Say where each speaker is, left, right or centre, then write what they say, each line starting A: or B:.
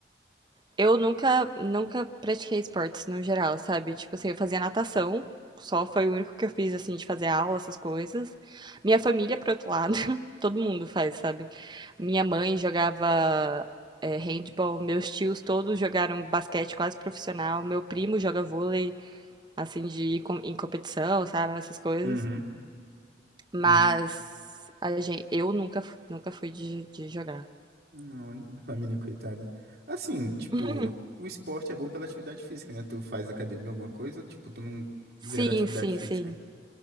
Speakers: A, on the right; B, on the right.
A: Eu nunca, nunca pratiquei esportes no geral, sabe? Tipo assim, eu fazia natação, só foi o único que eu fiz, assim, de fazer aula, essas coisas. Minha família, por outro lado, <laughs> todo mundo faz, sabe? Minha mãe jogava, é, handball, meus tios todos jogaram basquete quase profissional, meu primo joga vôlei, assim, de ir com- em competição, sabe? Essas coisas.
B: Uhum.
A: Mas
B: É muito.
A: a gente, eu nunca, nunca fui de, de jogar.
B: Não, a única <laughs> da família, coitada. Assim, tipo,
A: <laughs>
B: o esporte é bom pela atividade física, né? Tu faz academia, alguma coisa, ou tipo, tu não
A: Sim,
B: zero atividade
A: sim,
B: física?
A: sim.